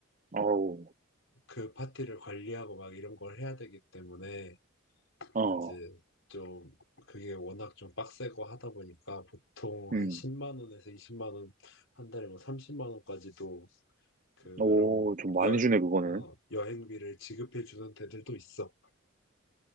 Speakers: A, on the right (about 35°); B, on the left (about 65°).
A: 어우,
B: 그 파티를 관리하고 막 이런 걸 해야 되기 때문에
A: 어,
B: 이제 좀 그게 워낙 좀 빡세고 하다 보니까 보통
A: 음,
B: 한 10만 원에서 20만 원 한 달에 뭐 30만 원까지도 그런
A: 오, 좀 많이
B: 여행
A: 주네, 그거는.
B: 어, 여행비를 지급해 주는 데들도 있어.